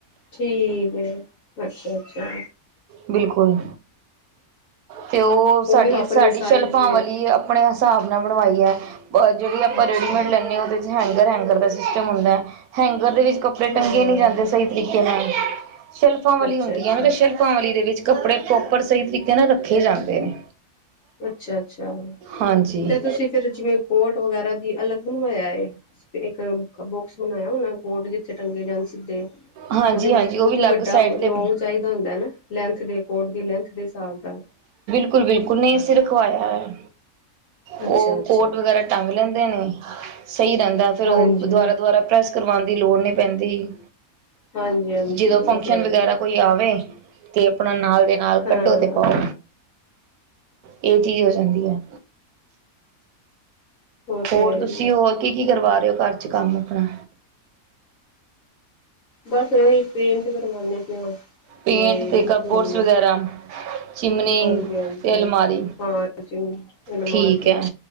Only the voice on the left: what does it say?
ਠੀਕ ਹੈ ਅੱਛਾ ਅੱਛਾ
ਵੀ ਆਪਣੇ
ਸਾਈਜ਼
ਦੇ
ਅੱਛਾ
ਹਾਂ
ਅੱਛਾ
ਅੱਛਾ
ਅੱਛਾ-ਅੱਛਾ
ਤੇ ਤੁਸੀਂ ਫਿਰ ਜਿਵੇਂ ਕੋਟ ਵਗੈਰਾ ਦੀ ਅਲੱਗ ਬਣਵਾਇਆ ਹੈ ਇੱਕ ਬਾਕਸ ਬਣਾਇਆ ਉਹਨਾ ਕੋਟ ਜਿੱਥੇ ਟੰਗੇ ਜਾਣ ਸਿੱਧੇ
ਉਹਦੇ ਵਾਸਤੇ
ਕਿਉਂਕਿ
ਵੱਡਾ
ਲੋਂਗ
ਚਾਹੀਦਾ ਹੁੰਦਾ ਨਾ ਲੈਂਥ ਦੇ ਕੋਟ ਦੀ ਲੈਂਥ ਦੇ ਹਿਸਾਬ <inaudible>
ਅੱਛਾ
ਅੱਛਾ
ਹਾਂਜੀ
ਹਾਂਜੀ ਹਾਂਜੀ
ਉਹ
ਤੇ ਹੈ
ਹੀ ਹੈ
ਹਾਂ
ਉਹ ਤੇ
ਹੈ
ਹੀ
ਬੱਸ ਇਹੀ ਪੇਂਟ ਕਰਵਾਨੇ ਪਏ ਤੇ
ਹਾਂਜੀ ਹਾਂਜੀ
ਹਾਂ ਅਲਮਾਰੀਆਂ